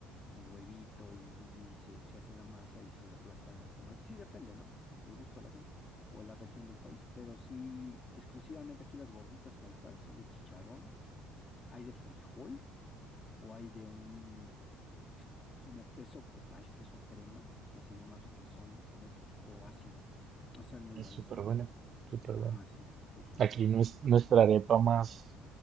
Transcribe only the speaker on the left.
con huevito y, y- y se, se hace la masa y se aplastan en el comal. Sí, depende, ¿no? El gusto de la gente o de la región del país, pero sí, exclusivamente aquí las gorditas tal cual son de chicharrón, hay de frijol o hay de un, como queso cottage, queso crema, que se llama requesón, como un poquito ácido. Están muy
buenas
también.
Ajá,
sí, sí, sí,
sí.